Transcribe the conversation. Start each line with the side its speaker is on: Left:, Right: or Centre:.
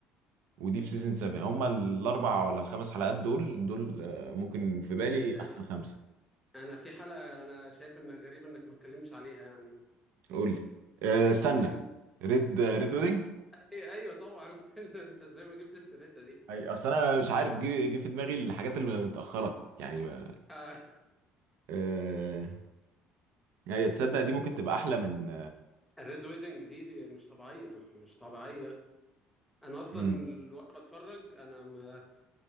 Right: ودي في سيزون 7 هما الاربع ولا الخمس حلقات دول دول آه، ممكن في بالي
Centre: ف...
Right: احسن
Centre: ف...
Right: خمسه
Centre: انا في حلقة انا شايف انك غريب انك ما اتكلمتش عليها يعني
Right: قول لي أه استنى
Centre: سيزون
Right: ريد ريد ويدنج
Centre: ايوه ايوه طبعا <laughs> انت أنت زي ما جبت السيرتة دي
Right: اي اصل انا مش عارف جه جه في دماغي الحاجات اللي متاخره يعني ما...
Centre: آه،
Right: أه... ايوه تصدق دي ممكن تبقى احلى من
Centre: <laughs> الريد ويدنج دي دي مش طبيعية مش طبيعية أنا أصلا
Right: مم.
Centre: ال- وأنا بتفرج أنا ما